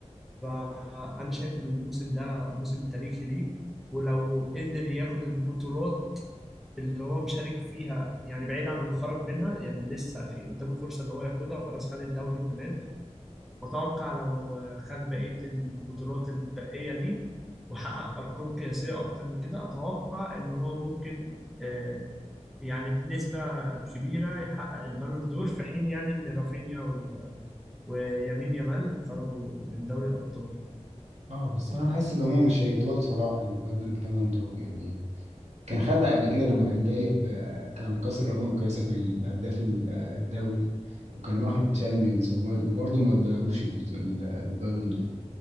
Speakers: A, in the centre; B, on the right (about 70°).
A: فانا شايف ان الموسم ده موسم تاريخي ليه ولو قدر ياخد البطولات اللي هو مشارك فيها يعني بعيد عن اللي خرج منها يعني لسه في قدامه فرصة اللي هو ياخدها وخلاص خد الدوري تمام وأتوقع لو خد بقية البطولات المتبقية ليه وحقق أرقام قياسية أكتر من كده أتوقع إن هو ممكن آه، يعني بنسبة كبيرة يحقق البالون دور في حين يعني إن رافينيا و- ويمين يامال خرجوا من دوري الأبطال
B: اه بس انا بحس ان هم مش هيدوها لصلاح البال- البالون دور يعني كان خدها قبل كده لما كان جايب آه، كان كسر رقم القياسي في الهداف ال- آه، الدوري وكان واخد تشامبيونز وبرضه ما ادالوش البت- ال- البالون دور